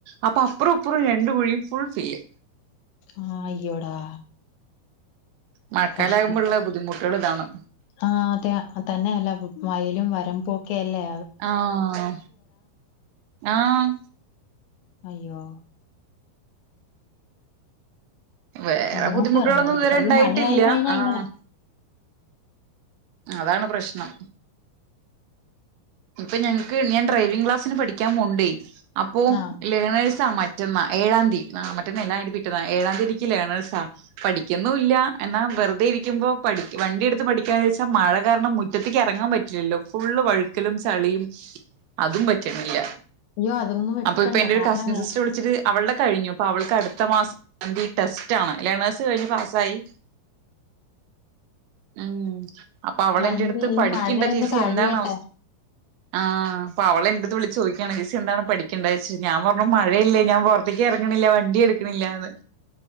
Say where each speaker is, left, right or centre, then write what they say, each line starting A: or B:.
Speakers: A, on the right; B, on the left.
A: അപ്പൊ അപ്പുറൊ ഇ പ്പുറൊ രണ്ട് കുഴിയും ഫുൾ ഫില്ല്
B: ആഹ് അയ്യോടാ
A: മഴക്കാലാകുമ്പോഴുള്ള
B: കഷ്ടം.
A: ബുദ്ധിമുട്ടുകള് താണ്
B: ആഹ് അതെ തന്നെല്ലാ വയലും വരമ്പും ഒക്കെ അല്ലേ
A: ആഹ് ആഹ്
B: അയ്യോ
A: വേറെ
B: എങ്ങോട്ടും
A: ബുദ്ധിമുട്ടുകളൊന്നും
B: എറങ്ങാൻ പറ്റത്തില്ല
A: ഇത് വരെ ഇ ണ്ടായിട്ടില്ല
B: ഈ മഴയായി കഴിഞ്ഞാ
A: ആഹ്
B: ഇങ്ങനെ
A: അതാണ് പ്രശ്നം ഇപ്പൊ ഞങ്ങക്ക് ഞാൻ ഡ്രൈവിം ക്ലാസ്സിന് പഠിക്കാൻ പോണണ്ടേ അപ്പോ
B: ആഹ്
A: ലേണേഴ്സ മറ്റ റ്റന്നാ ഏഴാംതി ആ മറ്റന്നല്ല അതിന്റെ പിറ്റന്നാ ഏഴാംതിക്ക് ലേണേർസാ പഠിക്കുന്നുല്ല എന്നാ വെറുതെ ഇരിക്കുമ്പോ പടി വണ്ടി എടുത്ത് പഠിക്കാന്ന്ച്ചാൽ മഴ കാരണം മുറ്റത്തേക്ക് ഇറങ്ങാൻ പ ല്ലോ ഫുള്ള് വഴുക്കലും ചളിയും അതും പറ്റണില്ല
B: അയ്യോ അതൊന്നും എടുക്കണ്ട
A: അപ്പൊ ഇപ്പൊ എന്റെ
B: കാരണം
A: ഒരു കസിൻ
B: വേ-
A: സിസ്റ്റർ വിളിച്ചിട്ട് അവളുടെ കഴിഞ്ഞു അപ്പൊ അവൾക്ക് അടുത്ത മാസംതി ടെസ്റ്റാണ് ലെണേഴസ് കഴിഞ്ഞു പാസ്സായി
B: <inaudible>
A: ഉം അപ്പ അവളെന്റെടുത്ത്
B: വണ്ടി ഈ
A: പഠിക്കിണ്ട
B: മഴയൊന്ന്
A: ചേച്ചി
B: കഴിയട്ടെ
A: എന്താണവ ആഹ് അപ്പ അവള എന്റെടുത്തു വിളിച്ചു ചോദിക്കാണ്ചേച്ചി എന്താണ് പഠിക്കണ്ടച്ച ഞാൻ പറഞ്ഞു മഴയല്ലെ ഞാൻ പൊ ക്ക് ഇറങ്ങണില്ല വണ്ടി എട്ക്ക്ണില്ല ന്ന്